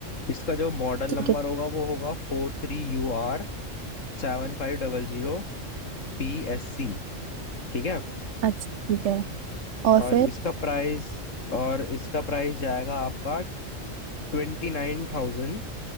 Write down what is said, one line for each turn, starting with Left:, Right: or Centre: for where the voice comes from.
Left: इसका जो मॉडल
Right: ठीक
Left: नंबर
Right: है
Left: होगा वो होगा फोर थ्री यू आर सेवन फाइव डबल जीरो पी एस सी ठीक है
Right: अच्छा ठीक है और
Left: और
Right: फिर
Left: इसका प्राइस और इसका प्राइस जाएगा आपका ट्वेंटी नाइन थाउजेंड